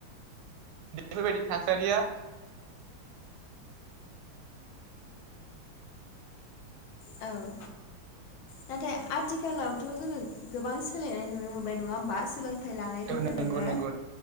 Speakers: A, on the right; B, on the left.
A: बेफोरबायदि थासारिया
B: औ नाथाय आथिखालावथ' जोङो गोबां सोलायनाय नुनो मोनबाय नङा होमबा सोलों <unintelligible> फोथाय लानाय
A: औ
B: लोगो
A: नंगौ
B: लोगो
A: नंगौ